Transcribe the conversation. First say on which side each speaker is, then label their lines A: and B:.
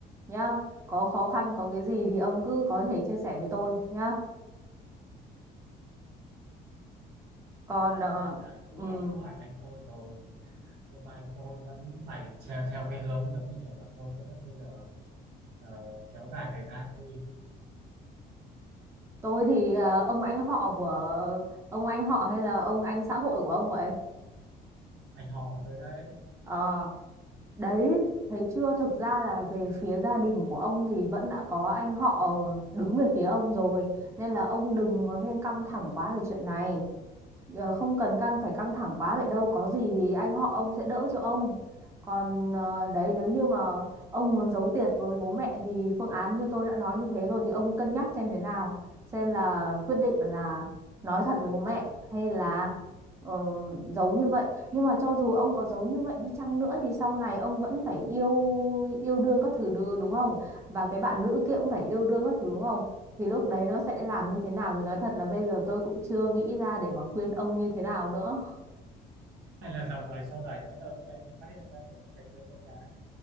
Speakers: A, on the right; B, on the right.
A: nhá có khó khăn có cái gì thì ông cứ có thể chia sẻ với tôi nhá còn
B: chứ tôi
A: ờ,
B: cũng hỏi anh
A: ừm,
B: tôi cũng hỏi anh tôi rồi nhưng mà anh tôi vẫn bày che- theo cái hướng giống như kiểu là thôi tốt nhất bây giờ ờ, kéo dài thời gian đi
A: tôi thì ờ, ông anh họ của ông anh họ hay là ông anh xã hội của ông vậy
B: anh họ của tôi đấy
A: Ờ Đấy, thấy chưa? Thực ra là về phía gia đình của ông thì vẫn đã có anh họ đứng về phía ông rồi. Nên là ông đừng có nên căng thẳng quá về chuyện này. Ờ, Không cần căng phải căng thẳng quá vậy đâu. Có gì thì anh họ ông sẽ đỡ cho ông. Còn ờ, đấy, nếu như mà ông muốn giấu tiệt với bố mẹ thì phương án như tôi đã nói như thế rồi thì ông cân nhắc xem thế nào. Xem là quyết định là nói thật với bố mẹ hay là ờ, giấu như vậy nhưng mà cho dù ông có giấu như vậy đi chăng nữa thì sau này ông vẫn phải yêu yêu đương các thứ đ- đúng không? Và cái bạn nữ kia cũng phải yêu đương các thứ đúng không? Thì lúc đấy nó sẽ làm như thế nào thì nói thật là bây giờ tôi cũng chưa nghĩ ra để mà khuyên ông như thế nào nữa.
B: hay là dòng đời sau đẩy biết đâu lúc đấy mình phát hiện ra mình có thể yêu con gái